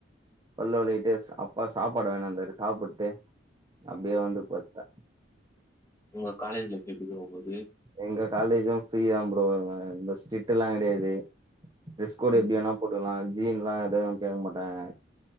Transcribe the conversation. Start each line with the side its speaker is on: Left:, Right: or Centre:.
Right: பல்லு வெலக்கிட்டுஸ் அப்பா சாப்பாடு வாங்கினு வந்தாரு சாப்புட்டு அப்டியே வந்து படுத் அ
Left: உங்க காலேஜ் லைப் எப்டி ப்ரோ போது
Right: எங்க காலேஜ்ம் ஃப்ரீ தான் ப்ரோ ஸ்ட்ல்லா கிடையாது டிரஸ் கோடு
Left: ம்
Right: எப்படி வேனா போட்டுகலாம் ஜீன்லா எதவும் கேட்க மாட்டாங்க